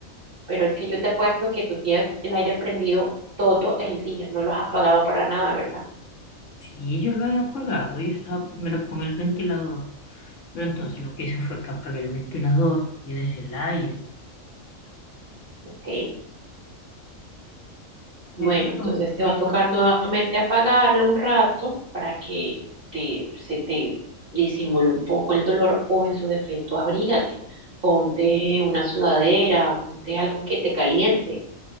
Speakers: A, on the right; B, on the left.
A: Pero es que yo te apuesto que tú tienes el aire prendido todo el día, no lo has apagado para nada, ¿verdad?
B: Sí, yo lo he apagado, yo estaba primero con el ventilador. Pero entonces lo que hice fue que apagué el ventilador y dejé el aire.
A: Ok.
B: Pero
A: Bueno,
B: entonces
A: entonces te
B: le
A: va a tocar
B: cam-
A: nuevamente apagarlo un rato para que te, se te disimule un poco el dolor o en su defecto abrígate, ponte una sudadera, ponte algo que te caliente.